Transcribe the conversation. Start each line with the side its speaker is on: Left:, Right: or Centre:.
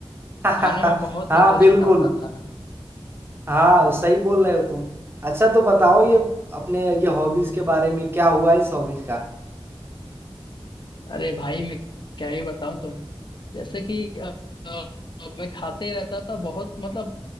Right: <laughs>
Left: खाने में बहुत
Right: हाँ
Left: इंटरेस्ट
Right: बिल्कुल
Left: आता था
Right: हाँ सही बोल रहे हो तुम अच्छा तो बताओ ये अपने ये हॉबीज के बारे में क्या हुआ इस हॉबीज का
Left: अरे भाई मैं क्या ही बताऊं तुम जैसे कि अ, अ, मैं खाते ही रहता था बहुत मतलब